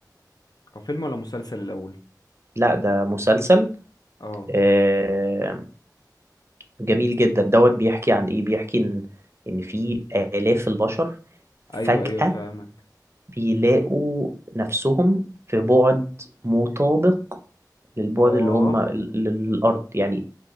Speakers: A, on the left; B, on the right.
A: هو فيلم ولا مسلسل الاول
B: لا ده مسلسل
A: اه
B: آه، جميل جدا دوت بيحكي عن ايه بيحكي ان ان في آلاف البشر فجأة
A: ايوه ايوه فاهمك
B: بيلاقوا نفسهم في بعد مطابق للبعد
A: اه
B: اللي هم للأرض يعني